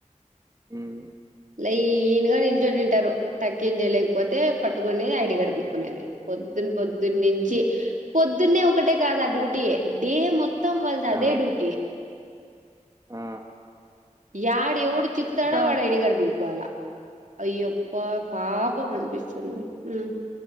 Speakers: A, on the right (about 25°); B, on the right (about 70°).
A: హ్మ్
B: లైన్గా నిల్చొని ఉంటారు టకింక్ జేయలేకపోతే పట్టుకునే ఐడి కార్డు పీక్కునేది పొద్దున్న పొద్ ద్దు నించి
A: మీ
B: పొద్ద్ ద్దున్నే ఒకటే కాదా డ్యూటీ డే మొత్తం వాళ్లది అదే
A: ఆ
B: డ్యూటీ
A: ఆ
B: యాడు ఎవడు చిక్తాడో
A: కా
B: వాడి ఐడి కార్డు పిక్కోవాల అయ్యో పా పాపం అనిపిస్తది నాకు మ్